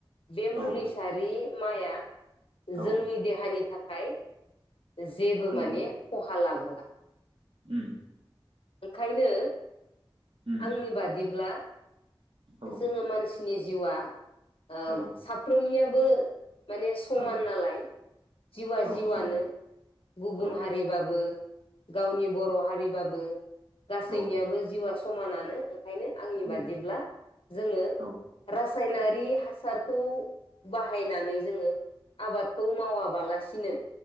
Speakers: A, on the left; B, on the right.
A: बे
B: हायो
A: मुलि सारि माइआ
B: औ
A: जोंनि देहानि थाख खाय जेबो
B: गोबां
A: माने खहा लाबो <unintelligible>
B: उम
A: ओंखायनो
B: उम
A: आंनि बादिब्ला
B: औ
A: जोङो मानसि नि जिउआ ओम
B: औ
A: साफ्रोमनियाब बो माने समान
B: औ
A: नालाय जिउआ
B: औ
A: जिउआनो
B: समान
A: गुबुन
B: औ
A: हारिबाबो गावनि बर हारिबाबो गासैनियाबो
B: औ
A: जिउआ समानान नो ओ ओंखायनो आंनि
B: औ
A: बादिब्ला जोङो
B: औ
A: रास सायनारि हासारखौ बाहायनानै जोङो आबादखौ मावाबालासिनो